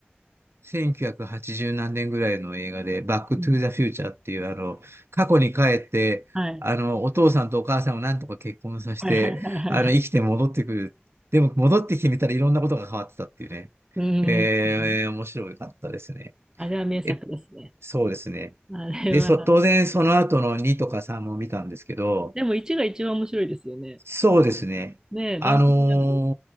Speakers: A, on the right; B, on the right.
A: 1980何年ぐらいの映画で、バックトゥーザフューチャーっていう、
B: うん。
A: あの、過去に帰って、
B: はい。
A: あの、お父さんとお母さんをなんとか結婚させて、
B: はいはいはいはい。
A: あの、生きて戻ってくる。でも、戻ってきてみたらいろんなことが変わってたっていうね。
B: うん。
A: えー、
B: うん。
A: 面白かったですね。
B: あれは名作ですね。
A: え、そうですね。
B: あれは。
A: で、そ、当然その後の2とか3も見たんですけど、
B: でも1が一番面白いですよね。
A: そうですね。
B: ねえ、
A: あの
B: ダントツじゃないです。